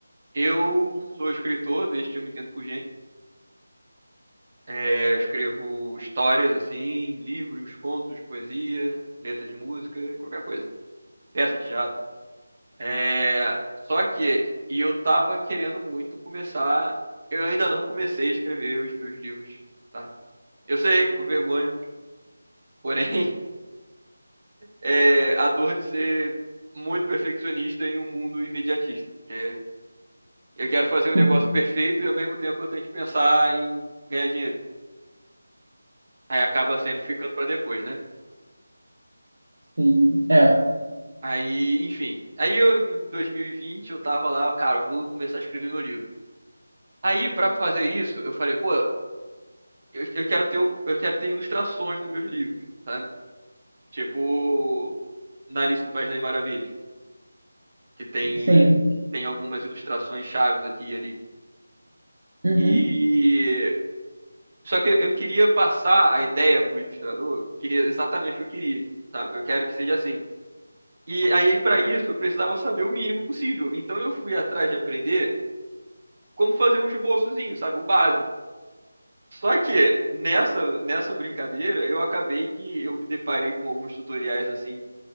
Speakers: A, on the right; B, on the right.
A: Eu sou escritor desde que eu me entendo por gente. É, eu escrevo histórias, assim, livros, contos, poesia, letra de música, qualquer coisa. Peça de teatro. É, só que, e eu tava querendo muito começar. Eu ainda não comecei a escrever os meus livros, tá? Eu sei, uma vergonha. Porém, <laughs> é a dor de ser muito perfeccionista em um mundo imediatista. que é, eu quero fazer um
B: <laughs>
A: negócio perfeito e ao mesmo tempo eu tenho que pensar em ganhar dinheiro. Aí acaba sempre ficando pra depois, né?
B: Sim, é,
A: Aí, enfim. Aí eu, em 2020, eu tava lá, cara, eu vou começar a escrever meu livro. Aí, pra fazer isso, eu falei, pô, eu, eu quero ter, um- eu quero ter ilustrações dos meus livros, sabe? Tipo, na Alice do País das Maravilhas, que tem,
B: sim.
A: tem algumas ilustrações chaves aqui e ali.
B: Uhum.
A: E. Só que eu queria passar a ideia pro ilustrador, eu queria exatamente o que eu queria, sabe? Eu quero que seja assim. E aí, pra isso, eu precisava saber o mínimo possível. Então, eu fui atrás de aprender como fazer um esboçozinho, sabe? O básico. Só que nessa, nessa brincadeira, eu acabei que eu me deparei com alguns tutoriais assim,